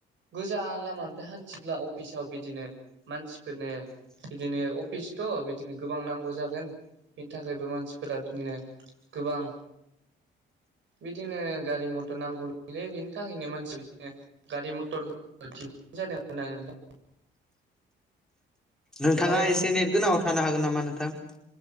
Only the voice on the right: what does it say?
गोजान लामानिफ्राय हान्थिब्ला अफिसाव बिदिनो मानसिफोरनो बिदिनो अफिसथ' बिदिनो गोबां नांगौ जागोन बिनि थाखायबो मानसिफोरा बिदिनो गोबां बिदिनो गारि मथर नांगौललै बिनि थाखायनो मानसि बिदिनो गारि मथर दिनाय जादों आरो नोंथां।
आरो